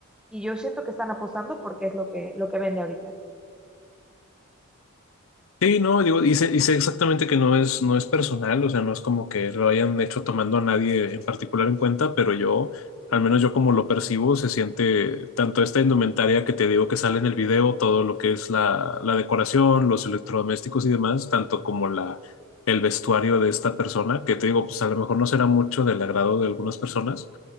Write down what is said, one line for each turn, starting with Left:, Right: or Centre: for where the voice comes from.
Centre: y yo siento que están apostando porque es lo que, lo que vende ahorita.
Left: Sí, no, digo, y sé, y sé exactamente que no es, no es personal, o sea, no es como que lo hayan hecho tomando a nadie en particular en cuenta, pero yo, al menos yo como lo percibo, se siente tanto esta indumentaria que te digo que sale en el video, todo lo que es la, la decoración, los electrodomésticos y demás, tanto como la, el vestuario de esta persona, que te digo, pues a lo mejor no será mucho del agrado de algunas personas,